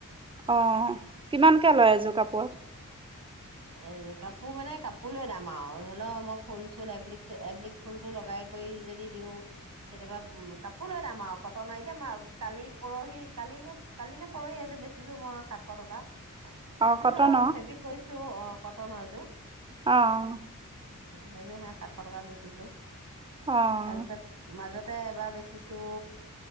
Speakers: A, on the right (about 15°); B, on the right (about 70°).
A: আহ কিমানকে লয় এযোৰ কাপোৰত?
B: এ কাপোৰ মানে কাপোৰ লৈ দাম আও ধৰি লও মই ফুল চুল এবিক এবলিক ফুলতটো লগাই কৰি যদি দিও কেতিয়াবা উ কাপোৰ লৈ দাম আৰু কটনৰ এতিয়া কালি পৰহি কালি নে কালি নে পৰহি এযোৰ বেচিছো মই সাতশ টকা।
A: অ',
B: এজে
A: কটনৰ?
B: ধৰা ফেবি কৰি টো অ কটন এযো।
A: আহ
B: সেইযোৰ সে সাতশ টকাত বেছিছো।
A: অ',
B: তাৰপিছত মাজত তে এবাৰ বেচিছো